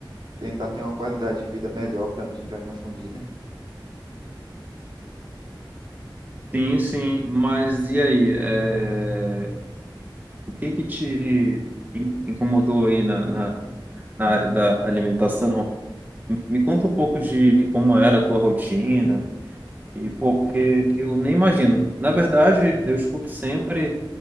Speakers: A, on the right (about 60°); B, on the right (about 20°).
A: tentar ter uma qualidade de vida melhor para mim, para minha família.
B: Sim, sim. Mas e aí? É, O que que te in- incomodou aí na, na, na área da alimentação? Me conta um pouco de como era a tua rotina e pô, porque eu nem imagino. Na verdade, eu escuto sempre